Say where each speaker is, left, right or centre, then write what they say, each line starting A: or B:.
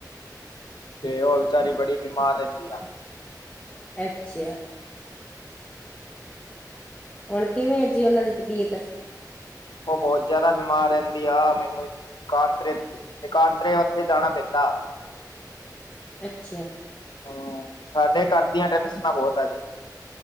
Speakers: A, on the left; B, on the left.
A: ਤੇ ਹੋਰ ਵਿਚਾਰੀ ਬੜੀ ਬਿਮਾਰ ਰਹਿੰਦੀ ਆ।
B: ਅੱਛਾ, ਹੁਣ ਕਿਵੇਂ ਆ ਜੀ ਉਹਨਾਂ ਦੀ ਤਬੀਅਤ
A: ਉਹ ਬਹੁਤ ਜ਼ਿਆਦਾ ਬਿਮਾਰ ਰਹਿੰਦੀ ਆ ਮੈਨੂੰ ਕਾਂਤ ਇਕਾਂਤਰੇ ਉੱਥੇ ਜਾਣਾ ਪੈਂਦਾ।
B: ਅੱਛਿਆ,
A: ਹੂੰ, ਸਾਡੇ ਘਰਦੀਆਂ ਟੈਨਸਨਾ ਬਹੁਤ ਆ ਜੀ।